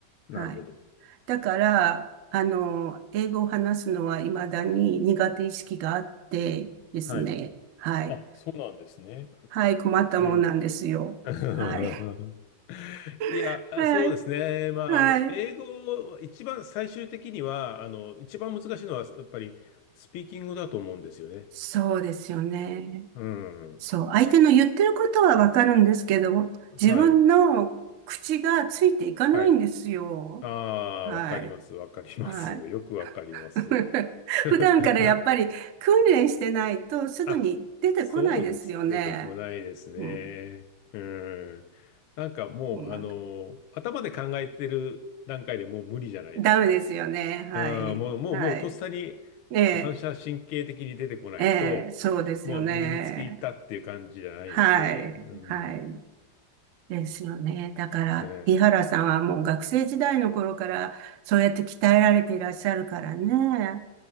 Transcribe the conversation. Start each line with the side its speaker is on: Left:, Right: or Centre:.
Left: なるほど。
Right: はい。だから、あの、英語を話すのは未だに苦手意識があってですね。
Left: はい。
Right: はい。
Left: あ、そうなんですね。
Right: はい、困ったもんなんですよ。
Left: うん。<laughs>
Right: はい。
Left: いや、
Right: <laughs> はい。
Left: そうですね。まあ、
Right: はい。
Left: あの、英語、一番最終的には、あの、一番難しいのは、やっぱり、スピーキングだと思うんですよね。
Right: そうですよね。
Left: うん。
Right: そう。相手の言ってることはわかるんですけど、
Left: はい。
Right: 自分の口がついていかないんですよ。
Left: はい。ああ、
Right: はい。
Left: わかります。わかります。
Right: はい。
Left: <laughs> よくわかります。
Right: <laughs>
Left: <laughs>
Right: 普段からやっぱり訓練してないとすぐに出てこないですよね。
Left: あ、そうです。出てこないですね。
Right: うん。
Left: うん。なんかもう、
Right: うん
Left: あの、頭で考えてる段階でもう無理じゃないですか。
Right: ダメですよね。はい。
Left: うん、もう、もう、
Right: はい。
Left: もう、とっさに反射神経的に出てこないと、
Right: ええ、ええ、そうですよね。
Left: もう身につきいったっていう感じじゃないんで、
Right: はい。
Left: うん。
Right: はい。
Left: ね
Right: ですよね。だから、
Left: え
Right: 井原さんはもう学生時代の頃から、そうやって鍛えられていらっしゃるからね。